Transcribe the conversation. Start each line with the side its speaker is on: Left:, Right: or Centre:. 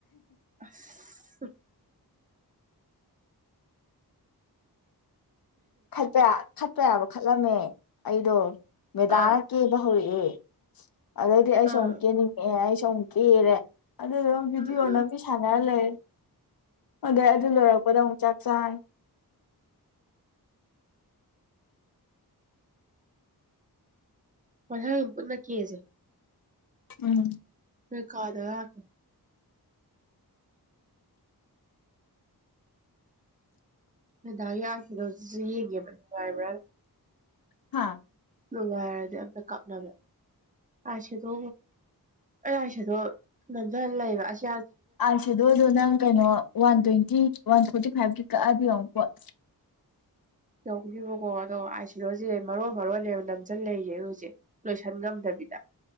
Right: ꯑꯁ
Left: ꯈꯠꯄ ꯈꯠꯄ ꯌꯥꯕ ꯈꯠꯂꯝꯃꯦ ꯑꯩꯗꯣ ꯃꯦꯗꯥꯅ
Right: ꯑꯥ
Left: ꯀꯦꯕ ꯍꯧꯔꯛꯑꯦ <inaudible> ꯑꯗꯨꯗꯩꯗꯤ ꯑꯩꯁꯨ
Right: ꯑꯥ
Left: ꯑꯃꯨꯛ ꯀꯦꯟꯅꯤꯡꯉꯛꯑꯦ ꯑꯩ ꯑꯃꯨꯛ ꯀꯦꯔꯦ ꯑꯗꯨꯒꯥ ꯕꯤꯗꯤꯑꯣ
Right: ꯎꯝ
Left: ꯅꯝꯕꯤ ꯁꯥꯟꯅꯔ ꯂꯩꯔꯦ ꯑꯗꯣ ꯑꯗꯨ ꯂꯣꯏꯔꯛꯄꯗ ꯑꯃꯨꯛ ꯆꯥꯛ ꯆꯥꯔꯅꯤ
Right: ꯃꯊꯪ ꯄꯨꯟꯅ ꯀꯦꯖꯦ
Left: ꯎꯝ
Right: ꯅꯣꯢ ꯀꯥꯗ ꯂꯛ ꯀꯦ ꯃꯦꯗꯥꯒꯤ ꯑꯥꯢꯁꯦꯗꯣꯖꯨ ꯌꯦꯡꯒꯦ ꯅꯨꯡꯉꯥꯏꯕ꯭ꯔꯥꯅ
Left: ꯍꯥꯥ
Right: ꯅꯨꯡꯉꯥꯏꯔꯗꯤ ꯑꯝꯇ ꯀꯛꯅꯕ ꯑꯥꯏꯁꯦꯗꯣ ꯑꯩꯥ ꯑꯥꯢꯁꯦꯗꯣ ꯅꯝꯖꯟ ꯂꯩꯕ ꯑꯁ
Left: ꯑꯥꯏꯁꯦꯗꯣꯗꯣ ꯅꯪ ꯀꯩꯅꯣ ꯋꯥꯟ ꯇ꯭ꯋꯦꯟꯇꯤ ꯋꯥꯟ ꯐꯣꯔꯇꯤ ꯐꯥꯏꯀꯤ ꯀꯛꯑꯗꯤ ꯌꯦꯡꯉꯣ ꯄꯣꯠ
Right: ꯇꯧꯅꯤꯕꯀꯣ ꯑꯗꯣ ꯑꯥꯏ ꯁꯤꯔꯣꯁꯦ ꯃꯔꯣꯟ ꯃꯔꯣꯟ ꯅꯦꯕ ꯅꯝꯆꯟ ꯂꯩꯖꯦ ꯑꯦ ꯍꯧꯖꯤꯛ ꯂꯣꯏꯁꯟ ꯉꯝꯗꯕꯤꯗ